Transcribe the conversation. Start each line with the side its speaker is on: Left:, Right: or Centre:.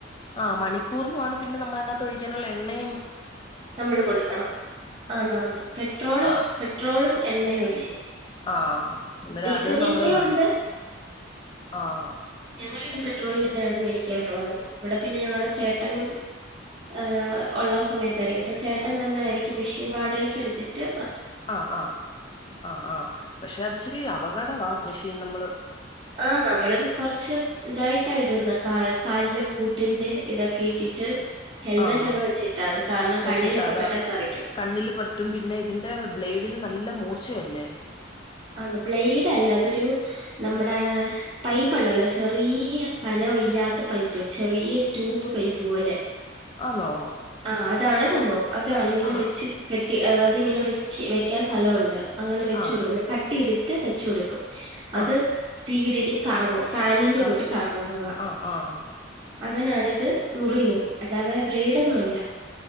Left: ആ മണിക്കൂറിനുആണ് പിന്നെ നമ്മ ളയ്നകത്തൊയ്ക്കാനുള്ള എണ്ണിം
Right: നമ്മൾ കൊടുക്കണം അന്നാന്ന് പെട്രോള്
Left: ആഹ്
Right: പെട്രോളും എണ്ണയും ഒഴി
Left: ആഹ് അന്നേരം
Right: ഡീസലിന്റെണ്ട്
Left: അത് നമ്മള് ആഹ്
Right: ഞങ്ങ പെട്രോളിനാണ് മേടിക്കാറുള്ളത് ഇവിടെ പിന്നെ ഞങ്ങളുടെ ചേട്ടനും ആ ഒള്ള സമയത്ത് <unintelligible> ചേട്ടൻ തന്നൊയിരിക്കും മെഷീൻ വാടകക്കെടുത്തിട്ട്
Left: ആ ആ ആ ആ പക്ഷെ അത് ശരി അപകടവാ മെഷീൻ നമ്മൾ
Right: ആഹ് നമ്മള് കൊറച്ച് ഇതായിട്ട ഇടുന്നെ ക കാലിന്റെ ബൂട്ടിന്റെ ഇതൊക്കെ ഇട്ടിട്ട് ഹെൽമെറ്റൊക്കെ
Left: ആഹ്
Right: വെച്ചിട്ടാ. അത് കാരണം കണ്ണിലൊക്കെ
Left: വെച്ചിട്ടാ അതാ
Right: പെട്ടെന്ന് തെറിക്കും.
Left: കണ്ണില് പറ്റും പിന്നെ ഇതിന്റെ ബ്ലേഡിന് നല്ല മൂർച്ചയല്ലേ
Right: ആന്ന് ബ്ലേഡ് അല്ല അതൊരു നമ്മുടെ പൈപ്പുണ്ടല്ലോ ചെറിയ കനവില്ലാത്ത പൈപ്പ് ചെറിയ ട്യൂബ് പൈപ്പ് പോലെ
Left: ആന്നോ
Right: ആ അതാണ് സംഭവം അതാണ്‌ ഇങ്ങനെ
Left: ആഹ്
Right: വെച്ച് കെട്ടി അത് അതിങ്ങനെ വെച്ച് വെയ്ക്കാൻ സ്ഥലമുണ്ട് അങ്ങനെ വെച്ച്
Left: ആഹ്
Right: കൊടുക്കുന്നെ എന്നിട്ട് വെച്ച് കൊടുക്കും അത്
Left: ആഹ്
Right: പീടി കറങ്ങും ഫാനിന്റെ
Left: കറ
Right: കൂട്ട് കറങ്ങുന്നതാ
Left: ആഹ് ആഹ്
Right: അങ്ങനാണിത് മുറിയുന്നത് അല്ലാതെ ബ്ലേഡൊന്നും അല്ല